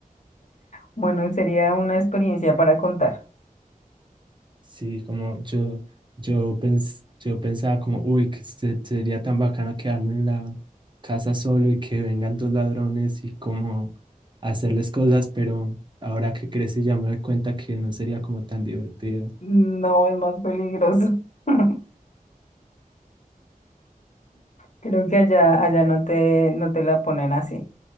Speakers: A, on the left; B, on the right.
A: Bueno, sería una experiencia para contar.
B: sí, como yo, yo, pens, yo pensaba como, uy, que se- sería tan bacano quedarme en la casa solo y que vengan dos ladrones y como hacerles cosas, pero ahora que crecí ya me doy cuenta que no sería como tan divertido.
A: No, es más peligroso. <laughs> Creo que allá, allá no te, no te la ponen así,